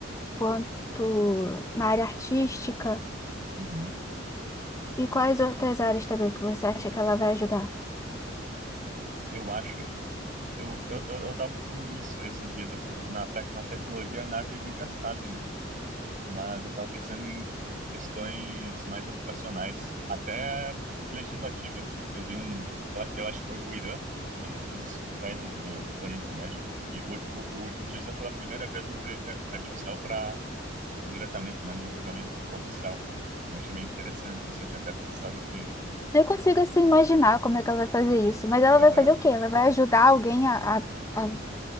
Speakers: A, on the left (about 15°); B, on the right (about 45°).
A: quanto na área artística.
B: Uhum.
A: E quais outras áreas também que você acha que ela vai ajudar?
B: Eu acho. Eu, eu, eu, eu tava pensando nisso esses dias. eu sei- Na, te- na tecnologia e na arte a gente já sabe, né? mas eu estava pensando em questões mais educacionais, até legislativas. Eu vi um, eu, eu acho que foi o Irã, foi um desses países do Oriente Médio, que u- u- u- utilizou pela primeira vez uma inteligência artificial para diretamente, né, num julgamento oficial. Eu achei bem interessante isso. Eu tinha até pensado que
A: Nem consigo assim imaginar como é que ela vai fazer isso, mas ela
B: aham,
A: vai fazer o quê? Ela vai ajudar alguém a, a, a